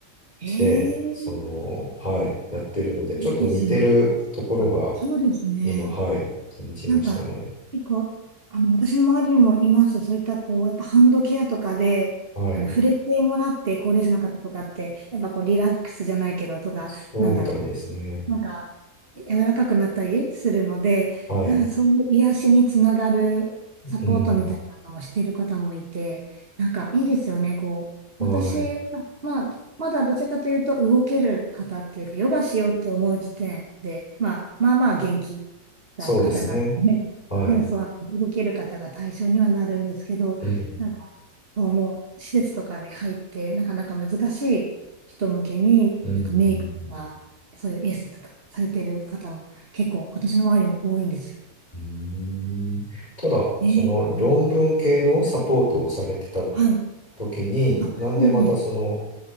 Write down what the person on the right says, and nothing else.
い。
ええ、
いいですね。
あ、そうですね。
なんか、結構、あの、私の周りにもいます。そういった、こう、やっぱハンドケアとかで、
あの、触れてもらって、高齢者の方とかって、やっぱこう、リラックスじゃないけど、とか、
なんだろう、こう、なんか、柔らかくなったりするので、
なんかそういう癒しにつながるサポートみたいなのをしている方もいて、
なんかいいですよね、こう。
私は、まあ、まだどちらかというと動ける方っていうか、ヨガしようって思う時点で、まあ、まあまあ元気。
た方なのね、
<laughs> そうそう、あの動ける方が対象にはなるんですけど、
なんか、そうもう施設とかに入って、なかなか難しい人向けに、
なんかメイクとか、そういうエステとかされてる方も結構、今年の周りも多いんですよ。
ね、
うんはい。
あ、
いいね。